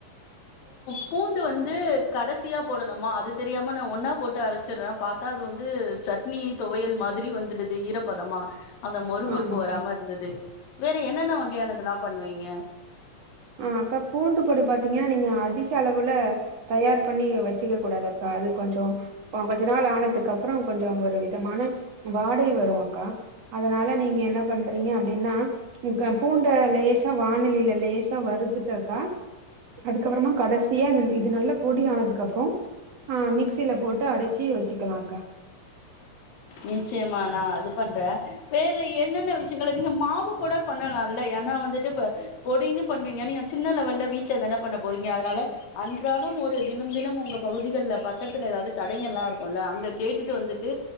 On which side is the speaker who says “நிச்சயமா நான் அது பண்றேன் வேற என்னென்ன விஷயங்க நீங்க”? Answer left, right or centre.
Left